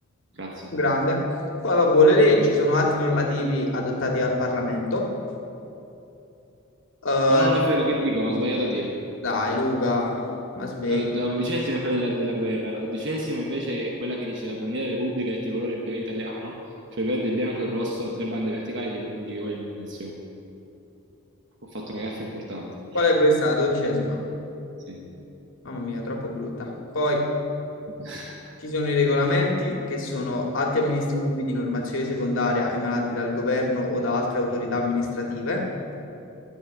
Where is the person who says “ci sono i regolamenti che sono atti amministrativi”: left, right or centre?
Left